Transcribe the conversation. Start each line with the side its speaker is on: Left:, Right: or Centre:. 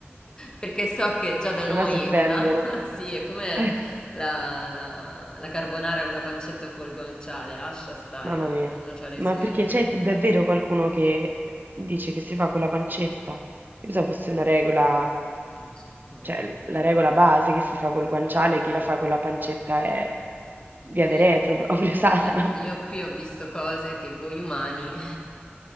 Left: perché so che già da
Right: Se
Left: noi,
Right: no si offendono.
Left: ah, sì, è come
Right: Eh,
Left: la, la- la carbonara con la pancetta o col guanciale, lascia stare,
Right: mamma
Left: ognuno
Right: mia.
Left: ha le
Right: Ma
Left: sue...
Right: perché c'è davvero qualcuno che dice che si fa con la pancetta? Io pensavo fosse una regola,
Left: Non lo so. non-
Right: cioè l- la regola base che si fa col guanciale, chi la fa con la pancetta è via
Left: i-
Right: de retro, proprio <laughs> Satana.
Left: i- Io qui ho visto cose che voi umani...